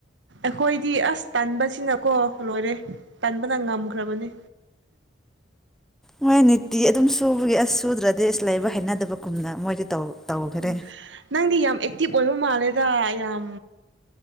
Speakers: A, on the right (about 75°); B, in the centre.
A: ꯑꯩꯈꯣꯏꯗꯤ ꯑꯁ ꯇꯟꯕꯁꯤꯅꯀꯣ ꯂꯣꯏꯔꯦ ꯇꯟꯥꯟꯕꯅ ꯉꯝꯈ꯭ꯔꯕꯅꯤ
B: ꯃꯣꯏ ꯅꯤꯇꯤ ꯑꯗꯨꯝ ꯁꯨꯕꯒꯤ ꯑꯁ ꯁꯨꯗ꯭ꯔꯗꯤ ꯂꯩꯕ ꯍꯩꯅꯗꯕꯒꯨꯝꯅ ꯃꯣꯏꯗ ꯇꯧ ꯇꯧꯈ꯭ꯔꯦ
A: ꯎ ꯅꯪꯗꯤ ꯌꯥꯝ ꯑꯦꯛꯇꯤꯞ ꯑꯣꯏꯕ ꯃꯥꯜꯂꯦꯗ ꯌꯥꯝ